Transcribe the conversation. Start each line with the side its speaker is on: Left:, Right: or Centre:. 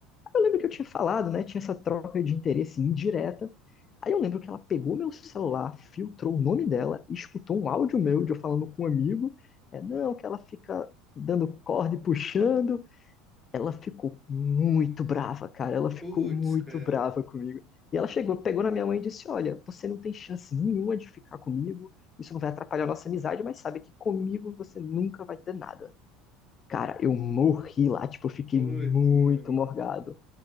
Left: Eu lembro que eu tinha falado, né? Tinha essa troca de interesse indireta. Aí eu lembro que ela pegou meu celular, filtrou o nome dela e escutou um áudio meu de eu falando com um amigo. É, não, que ela fica dando corda e puxando. Ela ficou muito brava, cara. Ela ficou
Centre: Putz,
Left: muito
Centre: cara.
Left: brava comigo. E ela chegou, pegou na minha mãe e disse: Olha, você não tem chance nenhuma de ficar comigo. Isso não vai atrapalhar a nossa amizade, mas sabe que comigo você nunca vai ter nada. Cara, eu morri lá, tipo, eu fiquei
Centre: Putz,
Left: muito
Centre: mano.
Left: morgado.